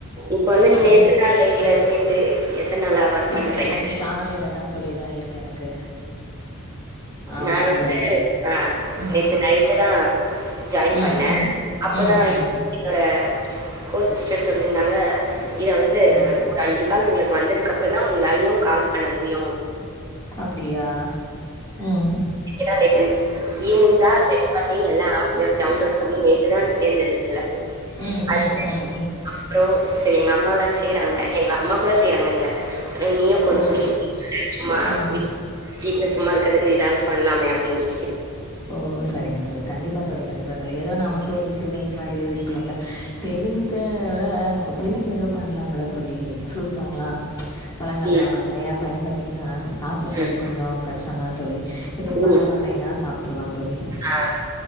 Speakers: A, on the right; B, on the left.
A: இப்ப வந்து நீங்க
B: அது
A: எத்தன் நாள் வீட்ல சேந்து எத்தன நாளா ஒர்க்
B: இப்ப
A: பண்றீங்க
B: எனக்கு காலைலதா தோழி இதாயிருக்கு எனக்கு ஆமா
A: நா வந்து
B: தோழி
A: ஆ
B: ம்
A: நேத்து நைட்டுதா ஜாய்ன்
B: ம்
A: பண்ணே
B: ம்
A: அப்பதா
B: ம் ம்
A: என்னோட கோ சிஸ்டர் சொல்லிருந்தாங்க இத வந்து
B: ம்
A: ஒரு அஞ்சு கால் உங்ளுக்கு வந்ததுக்கு அப்றந்தா உங்ளாலயு கால் பண்ண முடி யு
B: அப்டியா ம்
A: என்ன நேத்து ஈவ்னிங் தா செட் பண்ணி எல்லா ஆப்ப டவுன்லோட் பண்ணி நேத்துதான் சேந்துது இதுல
B: ம்
A: அ
B: ம் ம் ம்
A: அப்றோ செரி எங்கம் <unintelligible> செய்றாங்க எங்க அம்மா கூட செய்றாங்க இதுல நீயு கொஞ்சோ
B: ஓ
A: செய்யச்சும்மா
B: ம்
A: வீ்ட்ல சும்மா இருக்குறதுக்கு ஏதாவது பண்லாமே அப்படின்னு சொல்லி
B: ஓ சரிங்க தோழி கண்டிப்பா தோழி கண்டிப்பா தோழி ஏதோ நமக்கு போது சேவிங்ஸ் மாரி இருக்கனும்ல சேவிங்ஸ் ஓட நம்ம பிள்ளைக்கு ஏதோ பண்லாம்ல தோழி ஃப்ரூட்ஸ் வாங்கலா ப்ச் பழங்கள்லா
A: ம்,
B: வாங்லா என் பைய்ய பாத்தீங்ன்னா சாப்புட்றது
A: ம்,
B: கொஞ்சோ கஷ்டோந்தா தோழி இதே பல
A: ம்.
B: வகைனா சாப் விட்ருவான் தோழி
A: ஆ